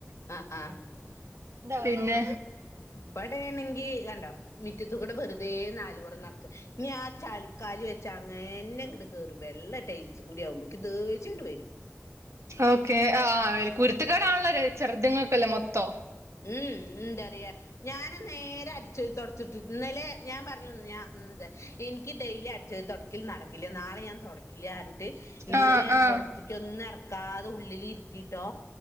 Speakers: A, on the left; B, on the right.
A: ആഹ് ആഹ്
B: പിന്നെ
A: ഇപടെണെങ്കി കണ്ടോ മിറ്റത്തുകൂടെ വെറുതെ നാൽപൊറം നടക്കാ ഇഞ് ആ ചളി കാല് വെച്ച് അങ്ങനേന്ന ഇങ്ങട്ട് കേറും വെള്ള ടൈൽസും കൂടി ആവുമ്പോ ഇക്ക് ദേഷ്യട് വരും
B: ഓക്കെ ആഹ് കുരുത്തക്കേടാല്ലൊ ചെറുത്ങ്ങക്കല്ല മൊത്തൊം
A: ഉം ഉം എന്താറിയ ഞാന് നേരെ അടിച്ച് ഓരി തൊടച്ച്ട്ട് ന്നലെ ഞാ പറഞ്ഞു ഞാ ന്തേ ഇന്ക്ക് ഡെയ്ലി അടിച്ചോരി തൊടക്കൽ നടക്കില്ല നാളെ ഞാൻ തൊടക്കില്ലാ ർഞ്ഞിട്ട് ഇന്നലെ
B: ആഹ്
A: ഞാൻ
B: ആഹ്
A: പെറത്ത് ഒന്നും എറക്കാത ഉള്ളിൽ ഇരുത്തീട്ടോ